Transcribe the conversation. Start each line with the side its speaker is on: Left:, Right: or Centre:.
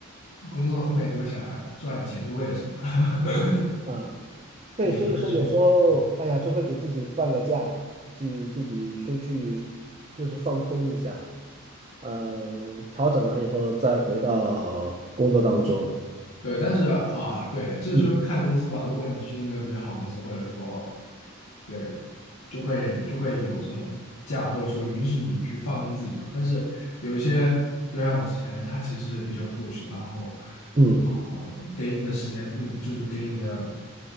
Left: 工作到后面就会想，哎，赚钱是为了什么？<laughs>
Right: <laughs> 嗯，对，
Left: 也不能去，
Right: 所以说有时候，
Left: 嗯
Right: 哎呀，就会给自己放个假，去自己出去，就是放空一下，嗯，调整完以后再回到工作当中。
Left: 对，但是啊，对，这就看公司嘛。
Right: 嗯
Left: 如果你去一个比较好公司，或者说，对，就会就会有这种假，或者说允许你去放空自己嘛。但是有一些，就像我之前，他其实是比较 push，然后，
Right: 嗯。
Left: 然后给你的时间并就是给你的